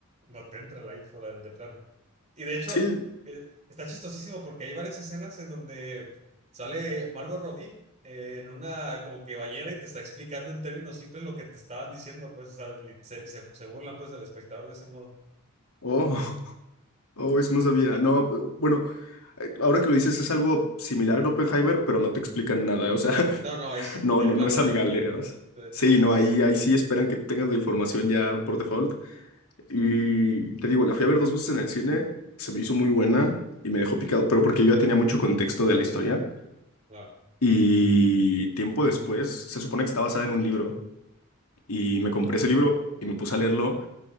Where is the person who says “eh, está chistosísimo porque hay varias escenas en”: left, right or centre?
Right